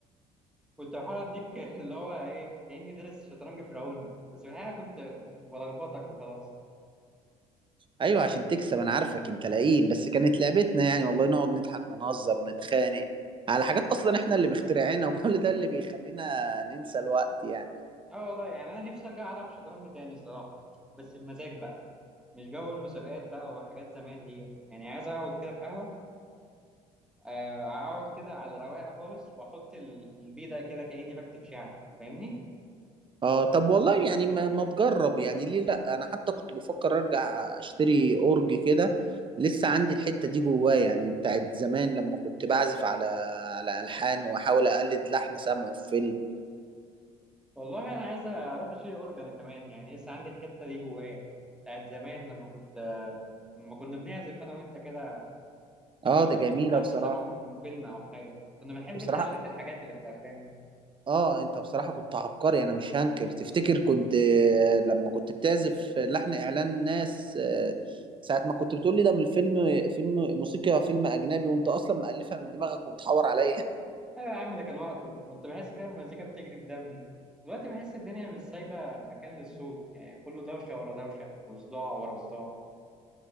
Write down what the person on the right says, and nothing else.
ايوه عشان تكسب انا عارفك انت لئيم بس كانت لعبتنا يعني والله نقعد نضحك ونهزر ونتخانق على حاجات اصلا احنا اللي مخترعينها <laughs> وكل ده اللي بيخلينا ننسى الوقت يعني
اه طب والله يعني ما, ما تجرب يعني ليه لا انا حتى كنت بفكر ارجع اشتري اورج كده لسه عندي الحتة دي جواه يعني بتاعت زمان لما كنت بعزف على على الحان واحاول اقلد لحن سمعه في فيلم
اه ده جميلة
بصراحة
بصراحة
اه انت بصراحة كنت عبقري انا مش هنكر تفتكر كنت آه، لما كنت بتعزف لحن اعلان ناس آه، ساعة ما كنت بتقول لي ده من فيلم فيلم موسيقى فيلم اجنبي وانت اصلا مألفها من دماغك وبتحور عليا